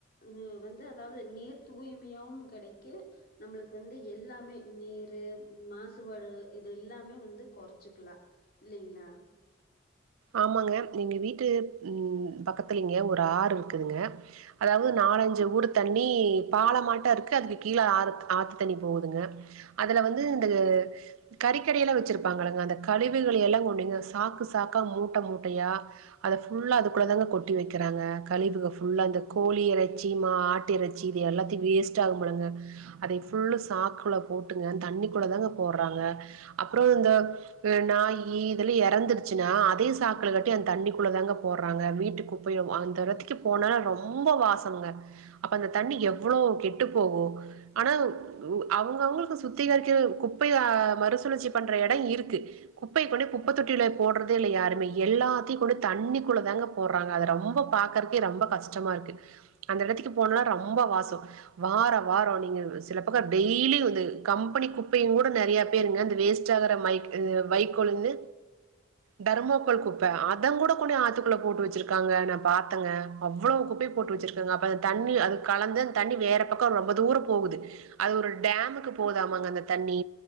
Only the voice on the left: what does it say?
உஹ வந்து அதாவது நீர் தூய்மையாவும் கிடைக்கு நம்மளுக்கு வந்து எல்லாமே நீரு மாசுபாடு இது எல்லாமே வந்து குறைச்சுக்கலாம் இல்லைங்களா